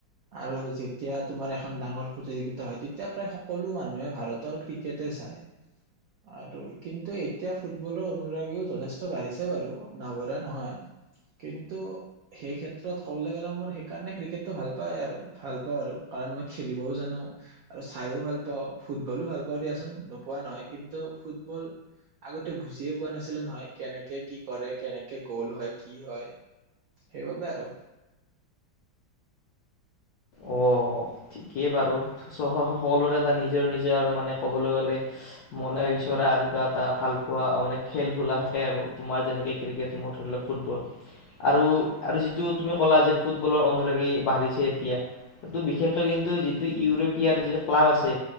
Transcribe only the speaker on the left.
অ', ঠিকেই বাৰু সকলোৰে এটা নিজৰ নিজৰ মানে ক'বলৈ গ'লে মনে বিচৰা এনেকুৱা এটা ভালপোৱা মানে খেল ধূলা থাকে আৰু তোমাৰ যেনেকে ক্ৰিকেট মোৰ ধৰিলে ফুটবল আৰু আৰু যিটো তুমি ক'লা যে ফুটবলৰ অনুৰাগী বাঢ়িছে এতিয়া সিটো বিশেষ কিন্তু যিটো ইউৰোপীয়াৰ যিটো ক্লাব আছে